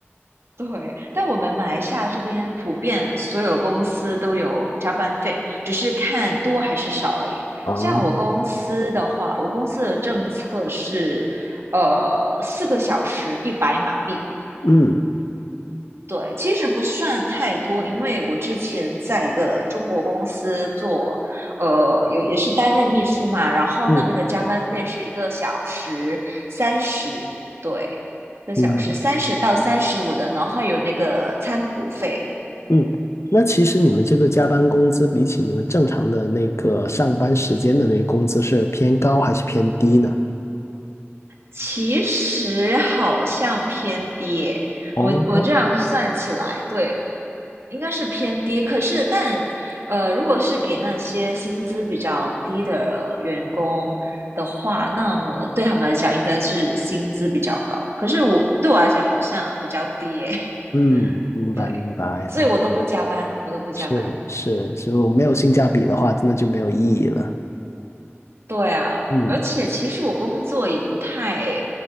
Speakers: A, on the right (about 70°); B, on the left (about 85°).
A: 对，但我们马来西亚这边普遍所有公司都有加班费，只是看多还是少而已。
B: 啊，
A: 像我公司的话，我公司的政策是，呃，四个小时一百马币，
B: 嗯
A: 对，其实不算太多，因为我之前在一个中国公司做，呃，有也是担任秘书嘛，然后那边的加班费是一个小时三十，
B: 嗯，
A: 对，一个小时三十到三十五的，
B: 嗯。
A: 然后有那个餐补费，
B: 嗯，那其实你们这个加班工资比起你们正常的那个上班时间的那个工资是偏高还是偏低呢？
A: 其实好像偏低诶，
B: 哦，
A: 我我这样算起来，对，应该是偏低，可是但呃，如果是给那些薪资比较低的员工的话，那么对他们来讲应该是薪资比较高。可是我对我来讲好像比较低耶，
B: 嗯，
A: <laughs>
B: 明白明白哦，
A: 对，所以我都不加班，我都不加班。
B: 是是，就没有性价比的话，那就没有意义了。
A: 对啊，
B: 嗯
A: 而且其实我工作也不太，